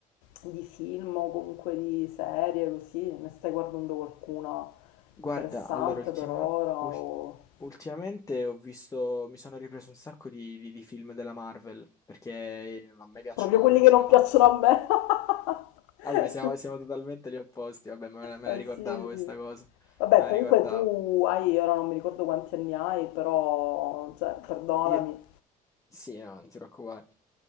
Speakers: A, on the left; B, on the left.
A: di film o comunque di serie, così, ne stai guardando qualcuna
B: Guarda,
A: interessante
B: allora ultimo-
A: per ora?
B: ul-
A: O...
B: ultimamente ho visto, mi sono ripreso un sacco di, di- di film della Marvel, perché eh, a me piacciono,
A: Proprio quelli
B: mi piacciono
A: che non
B: tanto.
A: piacciono a me? <laughs>
B: Vabbè, siamo, siamo totalmente gli opposti, vabbè, me la, me
A: Eh
B: la ricordavo
A: sì,
B: questa
A: sì.
B: cosa,
A: Vabbè,
B: me la
A: comunque
B: ricordavo.
A: tu hai, ora non mi ricordo quanti anni hai, però, cioè, perdonami,
B: Io, sì, no, non ti preoccupare.